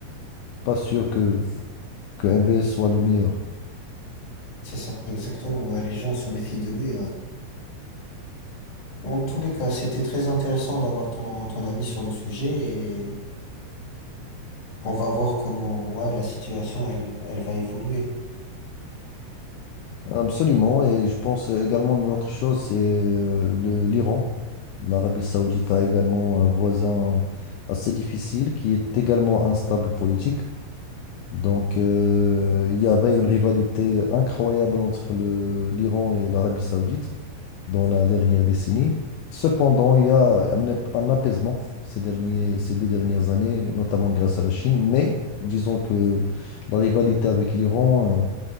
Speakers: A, on the left; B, on the left.
A: pas sûr que, que MBS soit le meilleur.
B: c'est ça, exactement. Ouais, les gens se méfient de lui, ouais. En tous les cas, c'était très intéressant d'avoir ton, ton avis sur le sujet On va voir comment, ouais, la situation, elle, elle va évoluer.
A: Absolument, et je pense également une autre chose, c'est euh, le- l'Iran. L'Arabie Saoudite a également un voisin assez difficile qui est également instable politique. Donc, euh, il y avait une rivalité incroyable entre le- l'Iran et l'Arabie Saoudite dans la dernière décennie. Cependant, il y a un, ap- un apaisement ces derniers, ces deux dernières années, notamment grâce à la Chine. Mais disons que la rivalité avec l'Iran. euh,